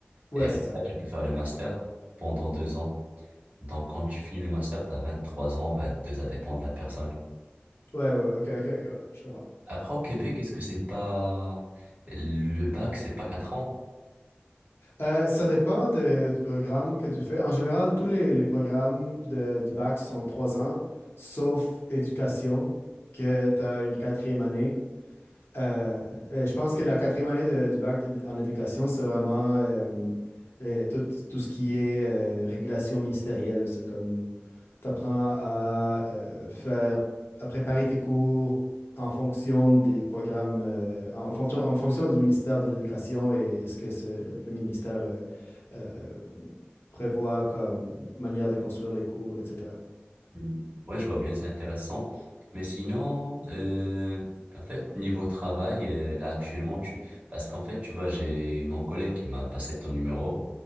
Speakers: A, on the left; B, on the right.
A: Ouais,
B: Et après,
A: c'est ça.
B: tu peux faire le master pendant deux ans. Donc, quand tu finis le master, tu as trois ans, vingt deux ça dépend de la personne.
A: Ouais, ouais, ok, ok, ok, ouais, je comprends.
B: Après, au Québec, est-ce que c'est pas... Le bac, c'est pas 4 ans?
A: Euh, ça dépend de- du programme que tu fais. En général, tous les, les programmes de- du bac sont trois ans, sauf éducation, que tu as une quatrième année. Euh, et je pense que la quatrième année de- du bac de- en éducation, c'est vraiment euh, euh, tout, tout ce qui est euh, régulation ministérielle. C'est comme t'apprends à euh, faire, à préparer tes cours en fonction des programmes, euh, en, en fonction, en fonction du ministère de l'Éducation et, et ce que ce- le ministère euh, euh, prévoit comme manière de construire les cours, etc.
B: Mhm. Ouais, je vois bien, c'est intéressant. Mais sinon, euh, en fait, niveau travail, euh, là, actuellement, tu... Parce qu'en fait, tu vois, j'ai mon collègue qui m'a passé ton numéro.